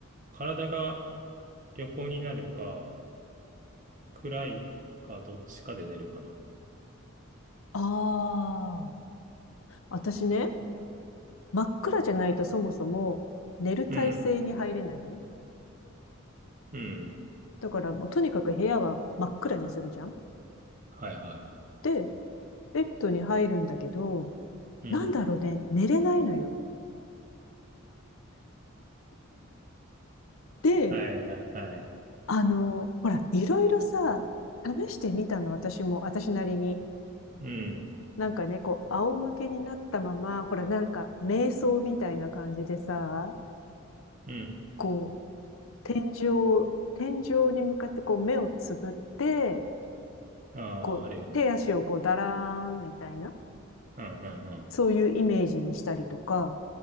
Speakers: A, on the right; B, on the left.
A: 体が横になるか、暗いか、どっちかで寝るかな。
B: ああー。私ね、真っ暗じゃないとそもそも寝る体勢に入れないのね。
A: うん。うん。
B: だからもうとにかく部屋は真っ暗にするじゃん。
A: はいはい。
B: で、ベッドに入るんだけど、
A: うん。
B: なんだろうね、寝れないのよ。で、
A: はいはいはい。
B: あの、ほら、いろいろさ、試してみたの、私も、私なりに。
A: うん。
B: なんかね、こう、仰向けになったまま、ほら、なんか、瞑想みたいな感じでさ、
A: うん。
B: こう、天井、天井に向かってこう、目をつぶって、
A: ああ、
B: こう、
A: あるよね。
B: 手足をこう、だらーんみたいな、
A: うんうんうん。
B: そういうイメージにしたりとか、